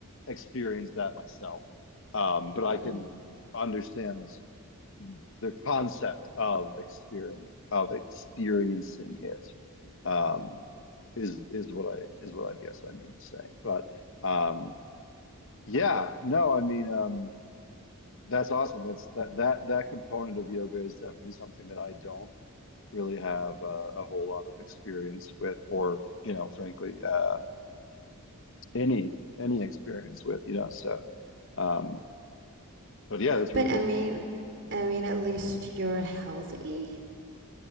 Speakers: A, on the left; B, on the right.
A: experienced that myself. Um, but I
B: Mm-hmm.
A: can understand the concept of experiencing of experiencing it. Um, is is what I is what I guess I mean to say. But um, yeah, no, I mean, um, That's awesome. That's that that that component of yoga is definitely something that I don't really have uh, a whole lot of experience with, or you know, frankly, uh, any any experience with. You know, so um, but yeah, that's really
B: But
A: that's
B: I mean,
A: really,
B: I mean, at least you're healthy.